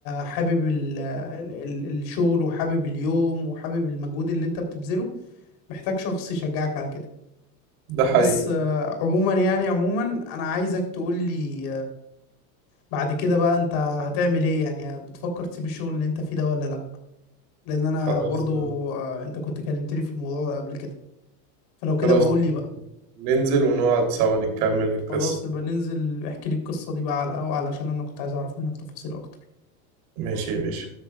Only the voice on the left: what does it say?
حابب ال... ال... ال- الشغل وحابب اليوم وحابب المجهود اللي أنت بتبذله محتاج شخص يشجعك على كده
بس آه، عموما يعني عموما أنا عايزك تقولي بعد كده بقى انت هتعمل ايه يعني بتفكر تسيب الشغل اللي انت فيه ده ولا لا لان انا
برضو آه، انت كنت كلمتني في الموضوع ده قبل كده فلو كده
بقول لي بقى
خلاص نبقى ننزل احكي لي القصة دي بقى على القهوة علشان انا كنت عايز اعرف منك تفاصيل اكتر